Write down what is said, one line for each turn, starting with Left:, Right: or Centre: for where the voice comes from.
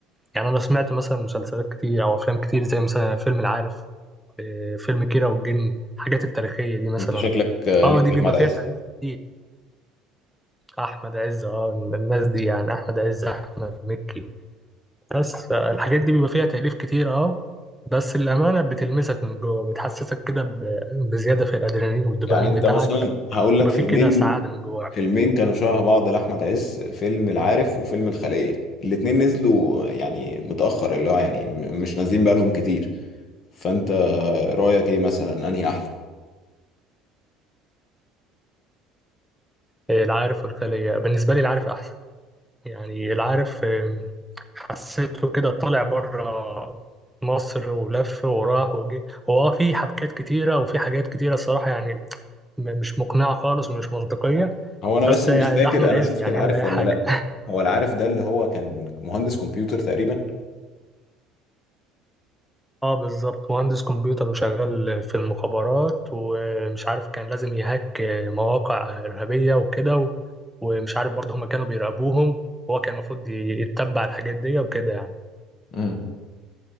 Centre: يعني انا سمعت مثلا مسلسلات كتير او افلام كتير زي مثلا فيلم العارف إيه، فيلم كيرة والجن الحاجات التاريخية دي مثلا
Left: انت شكلك آه،
Centre: اه
Left: ليك
Centre: دي
Left: في
Centre: بيبقى
Left: احمد
Centre: فيها
Left: عز
Centre: تأليف كتير احمد عز اه الناس دي يعني احمد عز احمد مكي بس آه، الحاجات دي بيبقى فيها تأليف كتير اه بس الأمانة بتلمسك من جوه بتحسسك كده ب- بزيادة في الأدرينالين والدوبامين
Left: يعني انت
Centre: بتاعك
Left: مثلا
Centre: فبيبقى
Left: هقول لك فيلمين
Centre: فيه كده سعادة من جواك
Left: فيلمين كانوا شبه بعض لاحمد عز فيلم العارف وفيلم الخلية الاتنين نزلوا يعني متأخر اللي هو يعني م- مش نازلين بقالهم كتير فانت رأيك ايه مثلا انهي احلى
Centre: إيه، العارف والخلية بالنسبة لي العارف أحسن يعني العارف آم، حسيته كده طالع بره مصر ولف وراح وجه هو اه في حبكات كتيرة وفي حاجات كتيرة الصراحة يعني م- مش مقنعة خالص ومش منطقية
Left: هو انا
Centre: بس
Left: بس
Centre: يعني
Left: مش فاكر
Centre: ده أحمد
Left: انا
Centre: عز
Left: شفت
Centre: يعني
Left: العارف
Centre: يعمل أي
Left: ولا
Centre: حاجة
Left: لا هو العارف ده اللي هو كان مهندس كمبيوتر تقريبا
Centre: اه بالظبط مهندس كمبيوتر وشغال في المخابرات ومش عارف كان لازم يهاك مواقع إرهابية وكده و- ومش عارف برضه هما كانوا بيراقبوهم هو كان المفروض يتبع الحاجات دي وكده يعني
Left: امم